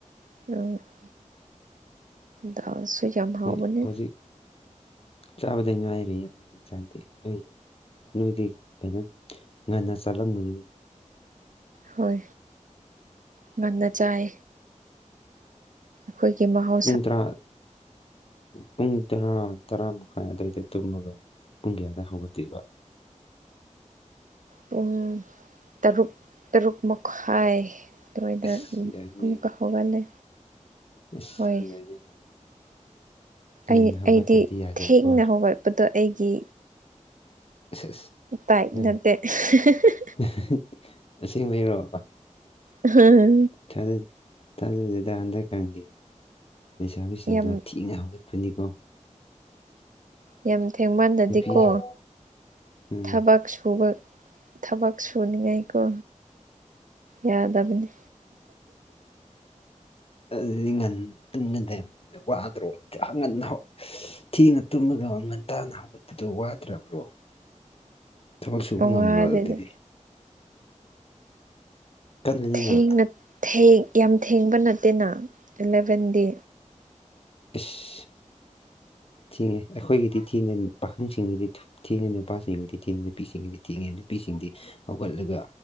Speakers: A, on the right (about 90°); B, on the left (about 50°).
A: <unintelligible> ꯗꯥꯜꯁꯨ ꯌꯥꯝ ꯍꯥꯎꯕꯅꯦ
B: ꯈꯣꯏ ꯍꯧꯖꯤꯛ ꯆꯥꯕꯗ ꯉꯥꯏꯔꯤꯌꯦ ꯆꯥꯛꯇꯤ ꯅꯣꯢꯗꯤ ꯅꯣꯏꯗꯤ ꯀꯩꯅꯣ ꯉꯟꯅ ꯆꯥꯔꯝꯃꯅꯤ
A: ꯍꯣꯏ ꯉꯟꯅ ꯆꯥꯏ ꯑꯩꯈꯣꯏꯒꯤ ꯃꯍꯥꯎ
B: ꯄꯨꯡ ꯇꯔꯥ ꯄꯨꯡ ꯇꯔꯥ ꯇꯔꯥ ꯃꯈꯥꯏ ꯑꯗꯨꯋꯥꯏꯗ ꯇꯨꯝꯃꯒ ꯄꯨꯡ ꯀ꯭ꯌꯥꯗ ꯍꯧꯒꯠꯇꯤꯕ
A: ꯄꯨꯡ ꯇꯔꯨꯛ ꯇꯔꯨꯛ ꯃꯈꯥꯏ ꯑꯗꯨꯋꯥꯏꯗ
B: ꯑꯁ
A: ꯑꯃꯨ
B: ꯌꯥꯏꯅꯦ
A: ꯑꯃꯨꯛꯀ ꯍꯧꯒꯠꯂꯦ
B: ꯑꯁ
A: ꯍꯣꯏ
B: ꯌꯥꯏꯅꯦ ꯌꯥꯏ ꯉꯟꯅ
A: ꯑꯩ
B: ꯍꯧꯒꯠꯇ꯭ꯔꯗꯤ
A: ꯑꯩꯗꯤ
B: ꯌꯥꯗꯕꯀꯣ
A: ꯊꯦꯡꯅ ꯍꯧꯒꯠꯄꯗꯣ ꯑꯩꯒꯤ
B: ꯑꯁ ꯑꯁ
A: ꯇꯥꯏꯞ
B: ꯎꯝ
A: ꯅꯠꯇꯦ ꯍꯤ ꯍꯤ ꯍꯤ
B: <unintelligible> ꯑꯁꯦꯡꯕꯩꯔꯣ
A: ꯑꯍꯥ ꯍ ꯍ
B: ꯥ ꯊꯥꯖ ꯊꯥꯖꯗꯦꯗ ꯍꯟꯗꯛꯀꯥꯒꯤ ꯂꯩꯩꯁꯥꯕꯤꯁꯤꯡꯗꯣ
A: ꯌꯥꯝ
B: ꯊꯤꯅ ꯍꯧꯒꯠ ꯐꯅꯤꯀꯣ
A: ꯌꯥꯝ ꯊꯦꯡꯃꯟꯗꯗꯤꯀꯣ
B: ꯅꯨꯄꯤꯁꯤꯡ ꯎꯝ
A: ꯊꯕꯛ ꯁꯨꯕ ꯊꯕꯛ ꯁꯨꯅꯤꯡꯉꯥꯏꯀꯣ ꯌꯥꯗꯕꯅꯤ
B: ꯑ ꯑ ꯉꯟ ꯇꯨꯝꯒꯗꯕ ꯋꯥꯗ꯭ꯔꯣ ꯑ ꯉꯟꯅ ꯍꯧ ꯏꯁ ꯊꯦꯡꯅ ꯇꯨꯝꯃꯒ ꯉꯟꯇꯥꯅ ꯍꯧꯒꯠ ꯑꯗꯨ ꯋꯥꯠꯗ꯭ꯔꯕ꯭ꯔꯣ ꯊꯕꯛ ꯁꯨꯕ ꯉꯃ꯭ꯔꯣ
A: ꯋꯥꯗꯦꯗ
B: ꯑꯗꯨꯗꯤ ꯀꯟꯕꯅꯤꯅ
A: ꯊꯦꯡꯅ ꯊꯦꯡ ꯌꯥꯝ ꯊꯦꯡꯕ ꯅꯠꯇꯦꯅ ꯑꯦꯂꯦꯚꯦꯟꯗꯤ
B: ꯏꯁ ꯊꯦꯡꯉꯦ ꯑꯩꯈꯣꯏꯒꯤꯗꯤ ꯊꯦꯡꯗꯦ ꯄꯥꯈꯪꯁꯤꯡꯒꯤꯗꯤ ꯊꯦꯡꯉꯦ ꯅꯨꯄꯥꯁꯤꯡꯒꯤꯗꯤ ꯊꯦꯡꯗꯦ ꯅꯨꯄꯤꯁꯤꯡꯒꯤꯗꯤ ꯊꯦꯡꯉꯦ ꯅꯨꯄꯤꯁꯤꯡꯗꯤ ꯍꯧꯒꯠꯂꯒ